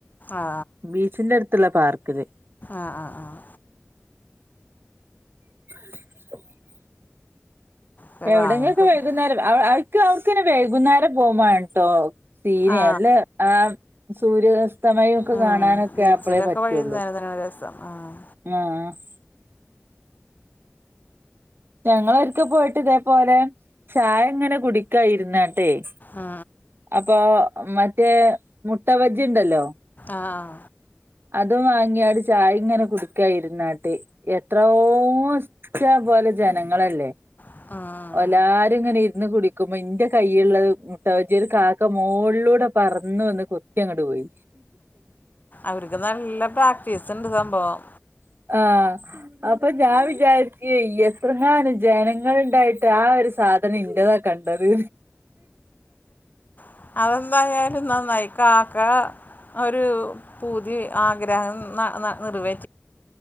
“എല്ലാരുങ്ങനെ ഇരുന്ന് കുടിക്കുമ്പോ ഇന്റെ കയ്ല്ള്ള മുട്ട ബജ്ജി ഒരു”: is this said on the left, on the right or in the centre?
Right